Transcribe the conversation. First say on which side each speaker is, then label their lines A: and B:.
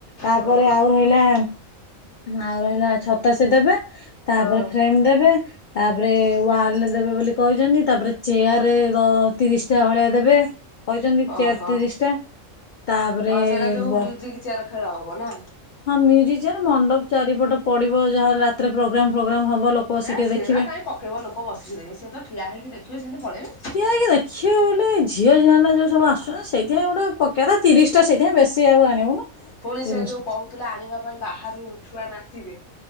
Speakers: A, on the left; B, on the left.
A: ତାପରେ
B: ହଁ
A: ଆଉ ରହିଲା। ଆଉ ରହିଲା ଛତା ସେ ଦେବେ। ତାପରେ
B: ହଁ।
A: ଫ୍ରେମ ଦେବେ। ତାପରେ ୱାଲ ଦେବେ ବୋଲି କହିଚନ୍ତି। ତାପରେ ଚେୟାର ଦ ତିରିଶଟା ଭଳିଆ ଦେବେ। କହିଚନ୍ତି
B: ଓହୋ
A: ଚେୟାର ତିରିଶଟା ତାପରେ
B: ହଁ ସେଇଟା ଯୋଉ
A: ବ
B: ମ୍ୟୁଜିକ ଚେୟାର ଖେଳ ହେବ ନା
A: ହଁ ମ୍ୟୁଜିକ ଚେୟାର ମଣ୍ଡପ ଚାରିପଟ ପଡିବ ଯାହା ରାତିରେ ପ୍ରୋଗ୍ରାମ ଫୋଗ୍ରାମ ହବ। ଲୋକ ବସି
B: ହେଁ
A: ଟିକେ
B: ସେରା
A: ଦେଖିବେ
B: କାଇଁ ପକେଇବ ଲୋକ ବସିକି ଦେଖିବେ, ସେ ତ ଠିଆ ହେଇକି ଦେଖିବେ ସେମିତି ପଳେଇବେ।
A: ଠିଆ ହେଇକି ଦେଖିବା ବେଲେ ଝିଅଝିଣ୍ଟା ଯୋଉ ମାନେ ସବୁ ଆସୁଚନ୍ତି ସେଥିପାଇଁ ଗୋଟେ ପକେଇବା କଥା ତିରିଶଟା ସିଟ୍ ସେଇଥିପାଇଁ ବେଶୀ ଆଉ ଆଣିବୁନୁ
B: ପୁଣି
A: ତିରିଶ
B: ସେ ଯୋଉ
A: ଟା
B: କହୁଥିଲା ଆଣିବା ପାଇଁ ବାହାରୁ ଛୁଆ ନା ଯିବେ